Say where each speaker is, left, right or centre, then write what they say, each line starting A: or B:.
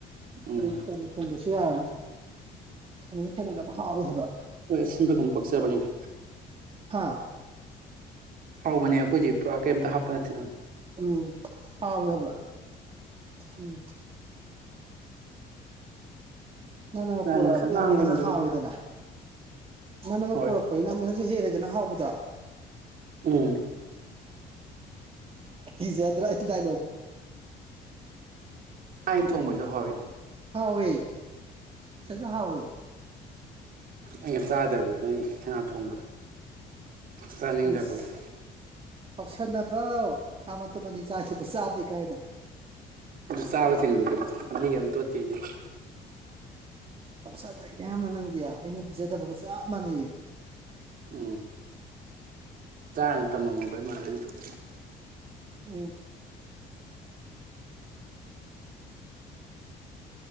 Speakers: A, on the right; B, on the right.
A: ꯎꯝ
B: ꯑꯗꯨ ꯊꯣꯡꯕ ꯊꯣꯡꯕꯁꯨ ꯌꯥꯔꯅꯤ ꯈꯥꯃꯦꯟ ꯊꯣꯡꯕꯁꯨ ꯌꯥꯝ ꯍꯥꯎꯋꯦ ꯍꯥꯏꯕ
A: ꯍꯣꯏ ꯑꯁꯤꯟꯕꯒꯨꯝꯕ ꯄꯛꯆꯕꯅꯤꯗ
B: ꯍꯥꯥ
A: ꯍꯥꯎꯧꯕꯅꯦ ꯑꯩꯈꯣꯏꯗꯤ ꯄꯨꯔꯥ ꯀꯩꯝꯇ ꯍꯥꯞꯄ ꯅꯠꯇꯦꯅꯣꯣ
B: ꯎꯝ ꯍꯗ ꯎꯝ ꯅꯪ ꯅꯪꯒ ꯄꯣꯔꯛꯑꯕꯅꯤ
A: ꯉꯥꯡꯁꯛ ꯉꯥꯡꯕꯅꯤ
B: ꯅꯞꯃꯩꯅꯁꯨ
A: ꯑꯗꯨꯗꯣ
B: ꯍꯥꯎꯋꯦꯗꯅ ꯅꯪ ꯅꯪꯒ
A: ꯍꯣꯏ
B: ꯄꯣꯔꯛꯄ ꯅꯛꯃꯩꯅꯁꯨ ꯍꯦꯜꯂꯦꯗꯅ ꯍꯥꯎꯕꯗ
A: ꯎꯝ
B: ꯀꯤꯖꯤꯗ꯭ꯔ ꯗꯥꯏꯂꫭꯛꯇꫭ
A: ꯑꯥꯏꯟ ꯊꯣꯡꯕꯁꯦ ꯍꯣꯏꯗꯤ
B: ꯍꯥꯎ ꯑꯣꯏꯌꯦ ꯁꯒ ꯍꯥꯎ ꯑꯣꯏꯌꯦ
A: ꯑꯩꯅ ꯆꯥꯗꯕꯗꯨ ꯅꯣꯏ ꯉꯥ ꯊꯣꯡꯕꯗꯣ ꯆꯥꯅꯤꯡꯗꯕꯒꯤ
B: ꯁ ꯄꯥꯛꯁꯗ ꯋꯥ ꯑꯃ ꯃꯅꯤ ꯆꯥ ꯄ ꯁꯥ ꯀꯥꯏꯗ
A: ꯁꯋꯥ ꯆ ꯂꯩ ꯀ ꯅꯒ ꯑ ꯇꯣꯠꯇꯦꯗꯤ
B: ꯆꯞ ꯆꯥꯗ ꯑꯩꯌꯥꯝꯅ ꯅꯪꯗꯦ ꯑꯩꯅ ꯄꯤꯖꯗꯕꯒ ꯆꯞ ꯃꯥꯟꯅꯩꯌꯦ
A: ꯎꯝ ꯆꯥꯅ ꯇꯝꯃꯝꯃ ꯩ ꯃꯥꯜꯂꯗꯤ ꯊꯣꯛ
B: ꯎꯝ